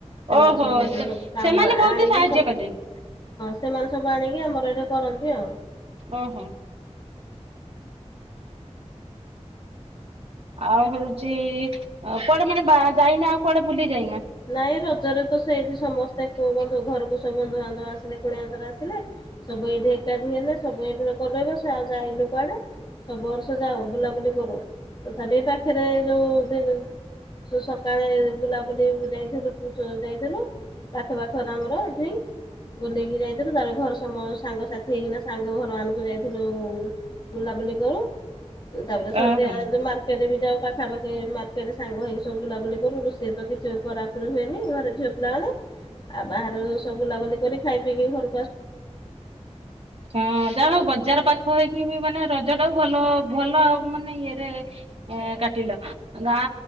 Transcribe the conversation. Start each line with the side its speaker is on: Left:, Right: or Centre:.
Left: ସେମାନେ
Right: ଓହୋ
Left: ସବୁ
Right: ସେ
Left: ସବୁ କାମ
Right: ସେମାନେ ବହୁତ
Left: ଆଣିକି
Right: ସାହାଯ୍ୟ କଲେ
Left: ସେମାନେ ସବୁ ଆଣିକି ଆମର ଏଇଟା କରନ୍ତି ଆଉ।
Right: ଓହୋ। ଆଉ ହଉଛି କୁଆଡେ ମାନେ ବା ଯାଇନି ଆଉ କୁଆଡେ ବୁଲି ଯାଇନ?
Left: ନାଇଁ ରଜରେ ତ ସେଇଠି ସମସ୍ତେ କୋଉ ବନ୍ଧୁ ଘରକୁ ସବୁ ବନ୍ଧୁବାନ୍ଧବ ଆସିଲେ କୁଣିଆ ମନ୍ତର ଆସିଲେ ସବୁ ଏଇଠି ଏକାଠି ହେଲେ ସବୁ ଏମିତି କଲେ ଇବ ସେ ଆଉ ଯାଇନୁ କୁଆଡେ। ସବୁ ବର୍ଷ ଯାଉ ବୁଲାବୁଲି କରୁ ତଥାପି ପାଖରେ ଯୋଉ ଦିନ ସକାଳେ ବୁଲାବୁଲି ଥିଲ ଯାଇଥିଲୁ ପାଖ ପାଖରେ ଆମର ଏଠି ବୁଲେଇକି ଯାଇଥିଲୁ ତା ଘର ସମୟ ସାଙ୍ଗ ସାଥି ହେଇକିନା ସାଙ୍ଗ ଘର ମାନଙ୍କୁ ଯାଇଥିଲୁ ବୁଲାବୁଲି କରୁ ତାପରେ ସନ୍ଧ୍ୟା
Right: ଓହୋ।
Left: ମାର୍କେଟରେ ବି ଯାଉ ଖଖା ପାଖେ ମାର୍କେଟ ରେ ସାଙ୍ଗ ହେଇି ସବୁଲାବୁଲି କରୁ। ସେଇ ତ କିଛି କରାକୁରି ହୁଏନି ଘରେ ଝିଅ ପିଲା ମାନେ ଆଉ ବାହାରୁ ସବ ବୁଲାବୁଲି କରି ଖାଇ ପିଇକି ଘର
Right: ହଁ ଯାହା ହଉ ବଜାର ପାଖ ହେଇକି ବି ମାନେ ରଜ ଟାକୁ ଭଲ ଭଲ ମାନେ ଇଏରେ କାଟିଲ ଗାଁ